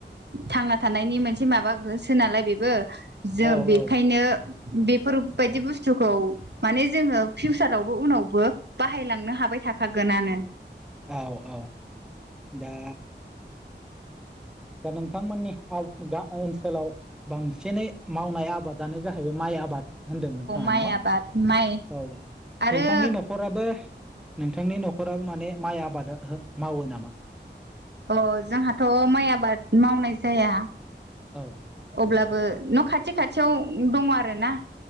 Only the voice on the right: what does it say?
थांना थानायनि मोनसे माबा <unintelligible> नालाय बेबो जों
बेखायनो
बेफोरबायदि बुस्थुखौ माने जोङो फिउसारावबो उनावबो बाहायलांनो हा जाबाय थाखागोनानो।
माइ
आबाद माइ
आरो
अ जोंहाथ' माइ आबाद मावनाय जाया
अब्लाबो न' खाथि खाथियाव दङ आरोना